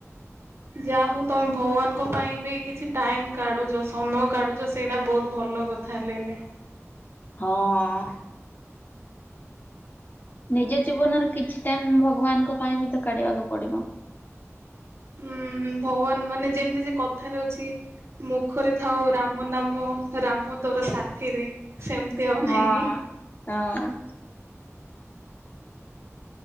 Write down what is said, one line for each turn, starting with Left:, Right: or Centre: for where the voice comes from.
Right: ଯାହା ହଉ ତମେ ଭଗବାନଙ୍କ ପାଇଁ ବି କିଛି ଟାଇମ କାଢୁଛ ସମୟ କାଢୁଛ ସେଇଟା ବହୁତ ଭଲ କଥା ହେଲେଏଲେ।
Left: ହଁ। ନିଜ ଜୀବନର କିଛି ଟାଇମ ଭଗବାନଙ୍କ ପାଇଁ ବି ତ କାଢିବାକୁ ପଡିବ।
Right: ହୁଁ ଭଗବାନ ମାନେ ଯେମିତି ସେ କଥାରେ ଅଛି ମୁଖରେ ଥାଉ ରାମ ନାମ ରାମ ତୋର ସାଥିରେ। ସେମିତି ଆଉ
Left: ହଁ।
Right: ନହିଁ କି?
Left: ହଁ